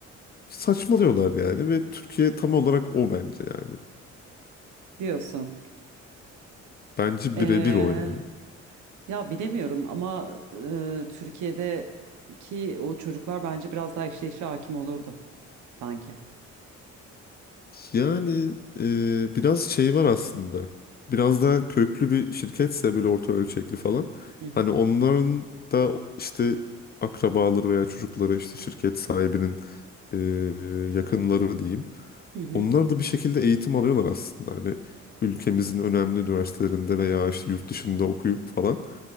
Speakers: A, on the left; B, on the right.
A: Saçmalıyorlar yani ve Türkiye tam olarak o bence yani.
B: diyorsun.
A: Bence
B: Eee
A: birebir o yani.
B: Ya bilemiyorum ama e, Türkiye'deki o çocuklar bence biraz daha işleyişe hakim olurdu sanki.
A: Yani e, biraz şey var aslında. Biraz daha köklü bir şirketse böyle orta ölçekli falan.
B: Hı hı.
A: Hani onların da işte akrabaları veya çocukları işte şirket sahibinin e, yakınları diyeyim.
B: Hı hı.
A: Onlar da bir şekilde eğitim alıyorlar aslında. Hani ülkemizin önemli üniversitelerinde veya işte yurt dışında okuyup falan.